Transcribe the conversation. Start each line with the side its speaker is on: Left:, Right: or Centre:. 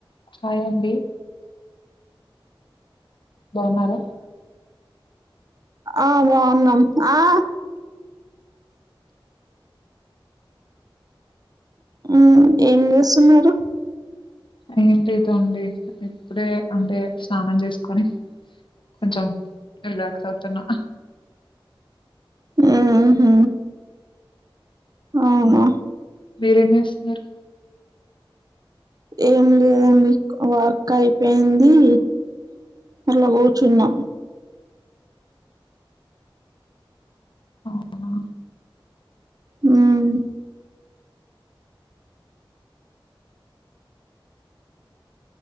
Left: హాయండి బావున్నారా
Right: ఆ బాన్నం ఆ ఉమ్ ఏం చేస్తున్నారు
Left: ఏం లేదు అండీ ఇప్పుడే అంటే స్నానం చేసుకొని కొంచెం రిలాక్స్ అవుతున్నా ఆహ్
Right: ఉంహు ఆ ఔనా
Left: ఉమ్, మీరేం చేస్తున్నారు
Right: ఏం లేదండి వర్క్ అయిపోయింది ఇట్లా కూర్చున్నా
Left: అవునా
Right: హ్మ్మ్